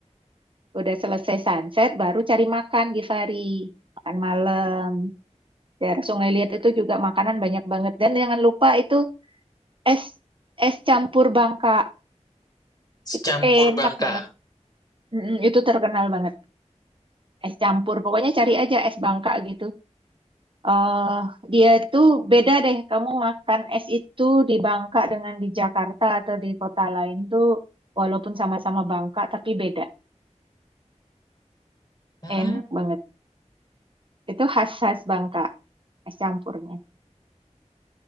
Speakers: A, on the right; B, on the left.
A: Udah selesai sunset, baru cari makan, Givari. Makan malam. Daerah Sungai Liat itu juga makanan banyak banget. Dan jangan lupa itu es es campur Bangka. Itu
B: campur
A: enak
B: bangka.
A: banget. Mm-mm, itu terkenal banget. Es campur. Pokoknya cari aja es Bangka gitu. eh dia tuh beda deh. Kamu makan es itu di Bangka dengan di Jakarta atau di kota lain tuh walaupun sama-sama Bangka tapi beda.
B: Hmm.
A: Enak banget. Itu khas-khas Bangka es campurnya.